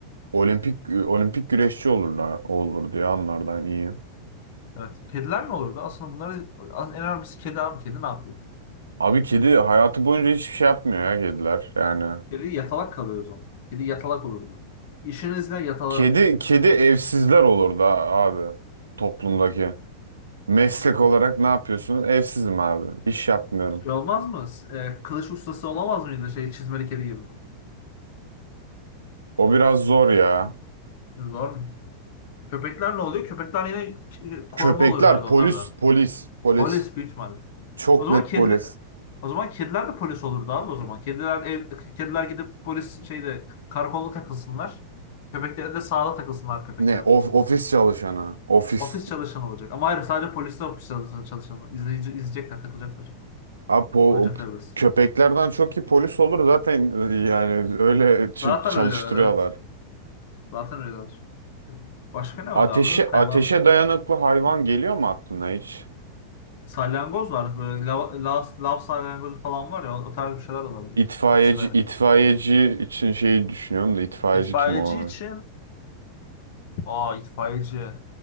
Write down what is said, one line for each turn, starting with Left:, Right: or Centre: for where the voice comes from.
Right: olimpik olimpik güreşçi olurlar olur diye anlardan iyi.
Left: Evet. Kediler ne olurdu? Aslında bunlar en önemlisi kedi abi. Kedi ne yapıyor?
Right: Abi kedi hayatı boyunca hiçbir şey yapmıyor ya kediler yani.
Left: Kedi yatalak kalıyor o zaman. Kedi yatalak olurdu. İşiniz ne yatalak?
Right: Kedi kedi evsizler olur da abi toplumdaki. Meslek olarak ne yapıyorsunuz? Evsizim abi. İş yapmıyorum.
Left: Şey olmaz mı? e, kılıç ustası olamaz mıydı şey çizmeli kedi gibi?
Right: O biraz zor ya.
Left: Zor mu? Köpekler ne oluyor? Köpekler yine k- koruma
Right: Köpekler
Left: olurlardı
Right: polis
Left: onlarda.
Right: polis polis.
Left: Polis büyük ihtimalle.
Right: Çok
Left: O zaman
Right: net
Left: kediler
Right: polis.
Left: o zaman kediler de polis olurdu abi o zaman. Kediler ev, kediler gidip polis şeyde karakolda takılsınlar. Köpekler de sahada takılsınlar köpekler
Right: Ne of,
Left: o zaman.
Right: ofis çalışanı. Ofis
Left: Ofis çalışanı olacak. Ama hayır sadece polis de ofis çalışanı, çalışanı. İzleyici, izleyecekler, takılacaklar.
Right: Abi po-
Left: Oynayacaklar biraz.
Right: köpeklerden çok iyi polis olur zaten e, yani öyle ç-
Left: Zaten
Right: çalıştırıyorlar.
Left: öyleler evet. Zaten öyleler. Başka ne
Right: Ateşe
Left: var abi? Hayvan.
Right: ateşe dayanıklı hayvan geliyor mu aklına hiç?
Left: Salyangoz var. Böyle lav, lav, lav salyangozu falan var ya. O o tarz bir şeyler olabilir.
Right: İtfaiyeci
Left: Ateşe dayanıklı.
Right: itfaiyeci için şeyi düşünüyorum da itfaiyeci
Left: İtfaiyeci
Right: kim olabilir?
Left: için Aa itfaiyeci.